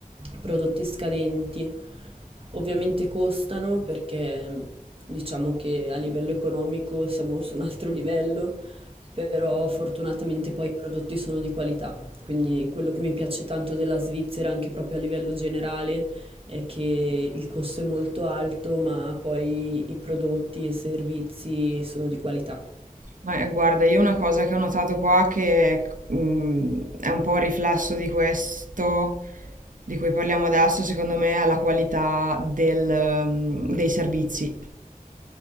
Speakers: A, on the right (about 40°); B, on the right (about 65°).
A: prodotti scadenti. Ovviamente costano perché diciamo che a livello economico siamo su un altro livello però fortunatamente poi i prodotti sono di qualità, quindi quello che mi piace tanto della Svizzera, anche proprio a livello generale, è che il costo è molto alto, ma poi i prodotti e i servizi sono di qualità.
B: Ma eh, guarda, io una cosa che ho notato qua che mm, è un po' un riflesso di questo di cui parliamo adesso, secondo me, è la qualità del, mm, dei servizi.